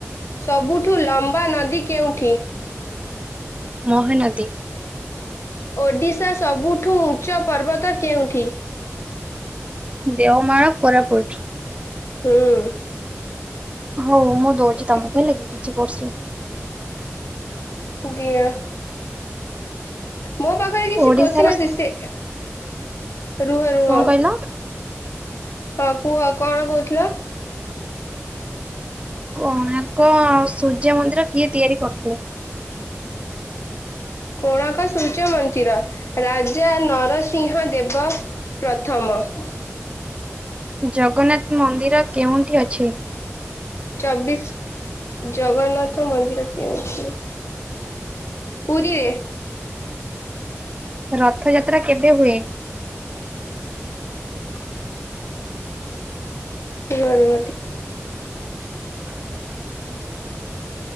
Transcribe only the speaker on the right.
ମହାନଦୀ।
ଦେଓମାଳ କୋରାପୁଟ।
ହଉ ମୁଁ ଦଉଛି ତମକୁ
ହେଲେ କି କିଛି କ୍ୱେସ୍ଚନ୍।
ଓଡିଶାର
କଣ କହିଲ
କୋଣାର୍କ ସୂର୍ଯ୍ୟ ମନ୍ଦିର କିଏ ତିଆରି କରିଥିଲେ?
<inaudible> ଜଗନ୍ନାଥ ମନ୍ଦିର କେଉଁଠି ଅଛି?
ରଥଯାତ୍ରା କେବେ ହୁଏ?
<inaudible>